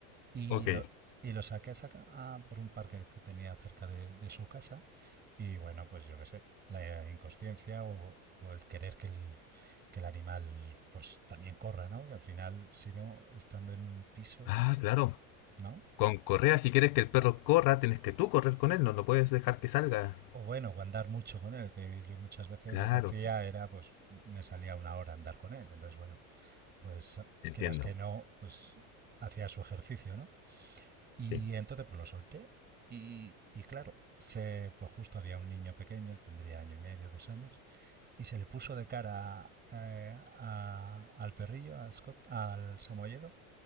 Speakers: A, on the right (about 25°); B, on the left (about 55°).
A: Y
B: ok.
A: lo, y lo saqué a, saca- a por un parque que tenía cerca de, de su casa. Y bueno, pues yo qué sé, la inconsciencia o, o el querer que el, que el animal pues también corra, ¿no? Que al final, si no, estando en un piso,
B: Ah, claro.
A: ¿no?
B: Con correa, si quieres que el perro corra, tienes que tú correr con él, no lo puedes dejar que salga.
A: O bueno, o andar mucho con él, que yo muchas veces
B: Claro,
A: lo que hacía era, pues me salía una hora a andar con él. Entonces, bueno, pues
B: entiendo.
A: quieras que no, pues hacía su ejercicio, ¿no? Y
B: Sí,
A: entonces pues lo solté y, y claro, se, pues justo había un niño pequeño, tendría año y medio, dos años, y se le puso de cara eh, a- al perrillo, a Scott, al Samoyedo,